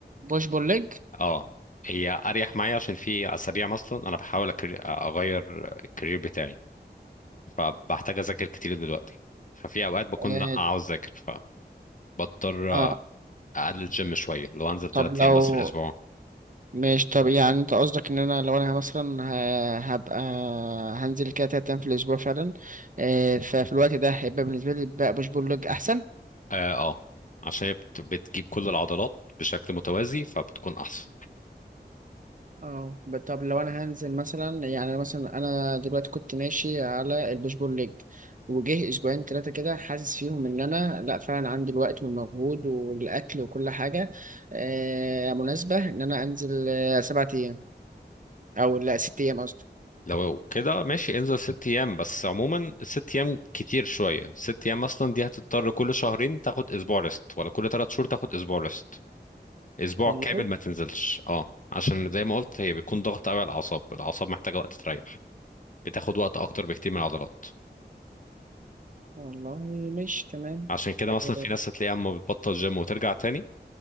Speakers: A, on the right; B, on the left.
A: بوش بول ليج
B: اه هي اريح معايا عشان في اسابيع مثلا انا بحاول أكري... اغير الكارير بتاعي فبحتاج اذاكر كتير دلوقتي ففي اوقات بكون
A: اه
B: لأ، عاوز اذاكر فبضطر آه،
A: آه،
B: اقلل الجيم شويه لو انزل ثلاث
A: طب لو
B: ايام بس في الاسبوع
A: ماشي طب يعني انت قصدك ان انا لو انا مثلا ه- هبقى هنزل كده تلات ايام في الاسبوع فعلا آه، ففي الوقت ده هيبقى بالنسبه لي بقى بوش بول ليج احسن
B: اه اه عشان هي بت... بتجيب كل العضلات بشكل متوازي فبتكون احسن
A: اه ب- طب لو انا هنزل مثلا يعني مثلا انا دلوقتي كنت ماشي على البوش بول ليج وجه اسبوعين ثلاثه كده حاسس فيهم ان انا لا فعلا عندي الوقت والمجهود والاكل وكل حاجه آه، مناسبه ان انا انزل آه، سبعة ايام او لا ست ايام قصدي
B: لو كده ماشي انزل ست ايام بس عموما ست ايام كتير شويه ست ايام اصلا دي هتضطر كل شهرين تاخد اسبوع ريست ولا كل ثلاث شهور تاخد اسبوع ريست اسبوع
A: والله
B: كامل ما تنزلش اه عشان زي ما قلت هي بيكون ضغط قوي على الاعصاب الاعصاب محتاجه وقت تريح بتاخد وقت اكتر بكتير من العضلات
A: والله مش تمام
B: عشان كده
A: آه،
B: مثلا في ناس هتلاقيها اما بتبطل جيم وترجع تاني